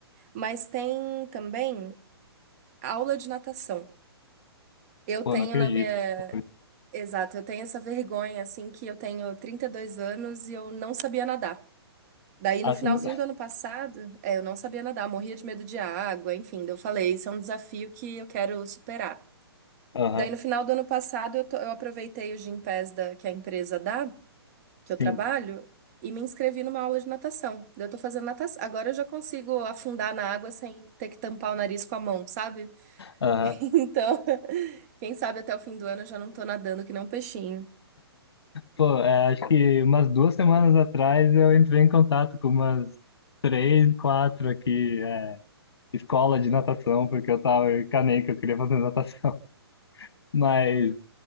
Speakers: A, on the right; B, on the left.
A: Mas tem também aula de natação. Eu
B: Pô,
A: tenho
B: não acredito
A: na minha.
B: que você falou isso.
A: Exato, eu tenho essa vergonha, assim, que eu tenho 32 anos e eu não sabia nadar. Daí,
B: Ah,
A: no finalzinho
B: você não- <laughs>
A: do ano passado, é, eu não sabia nadar, morria de medo de água, enfim. daí Eu falei, isso é um desafio que eu quero superar.
B: Aham,
A: Daí, no final do ano passado, eu, to- eu aproveitei o Gympass da, que a empresa dá, que
B: sim.
A: eu trabalho, e me inscrevi numa aula de natação. Daí, eu tô fazendo natação. Agora eu já consigo afundar na água sem ter que tampar o nariz com a mão, sabe?
B: Aham.
A: <laughs> Então, <laughs> quem sabe até o fim do ano eu já não tô nadando que nem um peixinho.
B: Pô, é, acho que umas duas semanas atrás eu entrei em contato com umas três, quatro aqui, é, escola de natação, porque eu tava em Caném, que eu queria fazer natação. Mas,